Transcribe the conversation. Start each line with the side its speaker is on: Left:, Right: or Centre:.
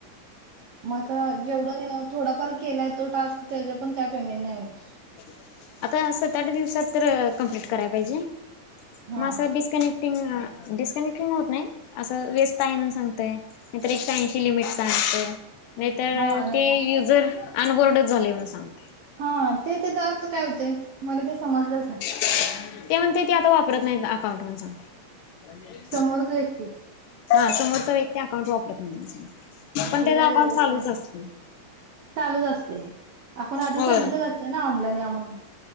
Right: मग आता जेवढं थोडाफार केलाय तो टास्क त्याच्या पण काय पेमेंट नाही होणार.
Left: <inaudible> आता सत-आट दिवसात तर कंम्प्लीट करायला पाहिजे.
Right: हा
Left: मग असं डिस्कनेक्टिंग- डिस्कनेक्टिंग होत नाही असं व्यस्त आहे म्हणून सांगतय. नाही तरी एकशे ऐंशी लिमिट <inaudible> सांगतय. नाही तर..
Right: हा आणि
Left: ते युजर अनबोर्डच झालय म्हणून सांगतय.
Right: हा ते तेजा अर्थ काय होतय? मला ते समजलंच नाही.
Left: <inaudible> ते म्हणतय ते आता वापरत नाही अकाउंट म्हणून सांगतय.
Right: समोरच व्यक्ती
Left: हा समोरचा <inaudible> व्यक्ती अकाउंट वापरत नाही, पण
Right: हे
Left: त्याचा
Right: काय
Left: अकाउंट
Right: वेगळंच
Left: चालूच
Right: सांगा
Left: असतय. <inaudible>
Right: चालूच असते. आपण आधी
Left: होय
Right: सांगितलेलं
Left: <inaudible>
Right: असते ना ऑनलाईन या म्हणून